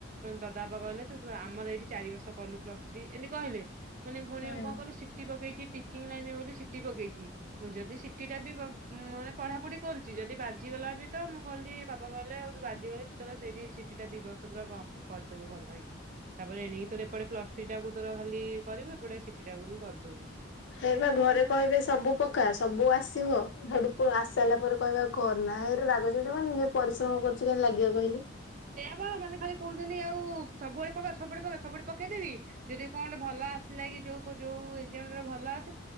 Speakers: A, on the right (about 40°); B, on the left (about 65°).
A: ଦଦା ବାବା କହିଲେ ତୁ ଆମର ଏଇଠି ଚାରି ବର୍ଷ କଲୁ ପ୍ଲସ୍ ତ୍ରୀ ଏମିତି କହିଲେ ମାନେ ଭଉଣ
B: ହୁଁ।
A: କଣ କିଲୁ ସିଟି ପକେଇଛି ଟିଚିଂ ଲାଇନ ବୋଲି ସିଟି ପକେଇଛି ମୁଁ ଯଦି ସିଟି ଟା ବି ମାନେ ପଢାପଢି କରୁଛି ଯଦି ବାଜି ଗଲା ବି ତ ମୁଁ କହିଲି ବାପା କହିଲେ ଆଉୁ ବାଜିଗଲେ ତୋ ସେଇଠିଟିଟା ଦି ବର୍ଷ ପୁରା କ କରିଦବୁ ଭଲ। ତାପରେ ଏଣିକି ତୋ ଏପେ ପା ତୋର ଖାଲି କରିବୁ ଏପଟେ ସି ଟାକୁ ବି କରିଦବୁ।
B: ଏଇ
A: ଦେଖିବା
B: ବା ଘରେ
A: ମୁଁ କହିଲି ହଁ
B: କହିବେ ସବୁ ପକା ସବୁ ଆସିବ ସାରିଲା ପରେ କହିବାଉ ଘର ନା ହେଇ ରାଗ ଚ କ ଯି ପରିଶ୍ରମ କରୁ କ କେହି ଲାଗିବ କହିଲୁ?
A: ସେଆ ବା ମାନେ ଖାଲି କହୁଛନ୍ତି, ଆଉ ସବୁଆଡେ ପକା ସବୁବେ ସବୁଡେ ପକେଇଦେବି ଯଦି କଣେ ଭଲ ଆସା କି ଯୋଉ ଯୋଉ ଭଲ ଆସ